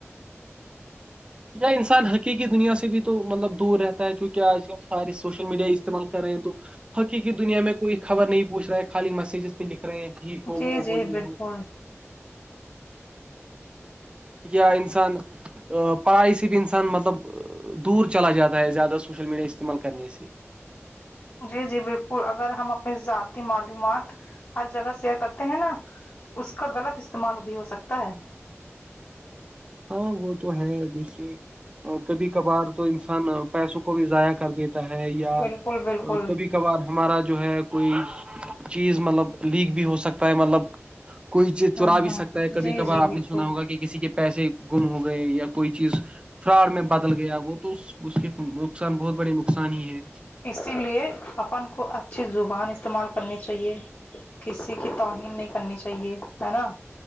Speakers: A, on the right; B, on the left.
A: یا انسان حقیقی دنیا سے بھی تو مطلب دور رہتا ہے چونکہ آج کل سارے سوشل میڈیا استعمال کر رہے ہیں تو ہاکی کی دنیا میں کوئی خبر نہیں پوچ رہا ہے خالی میسجز پہ لکھ رہے ہیں ٹھیک ہو
B: جی
A: وہ
B: جی
A: ہو یہ
B: بالکل
A: ہو انسان آ <unintelligible> پڑھائی سے بھی انسان مطلب دور چلا جاتا ہے زیادہ سوشل میڈیا استعمال کرنے سے
B: جی جی بالکل اگر ہم اپنی ذاتی معلومات ہر جگہ شیئر کرتے ہیں نا اس کا غلط استعمال بھی ہو سکتا ہے
A: ہاں وہ تو ہے دیکھیے اور کبھی کبھار تو انسان پیسوں کو بھی ضائع کر دیتا ہے یا
B: بالکل بالکل
A: کو بھی کبار ہمارا جو ہے کوئی چیز مطلب لیک بھی ہو سکتا ہے مطلب کوئی چیز چرا
B: ہوں
A: بھی
B: ہوں
A: سکتا ہے کبھی
B: جی
A: کبھار
B: جی
A: آپ
B: بالکل
A: نے سنا ہوگا کہ کسی کے پیسے گم ہو گئے یا کوئی چیز فراڑ میں بدل گیا وہ تو اس کے نقصان بہت بڑے نقصان ہی ہے
B: اسی لیے اپن کو اچھی زبان استعمال کرنی چاہیے کسی کی توہین نہیں کرنی چاہیے ہے نا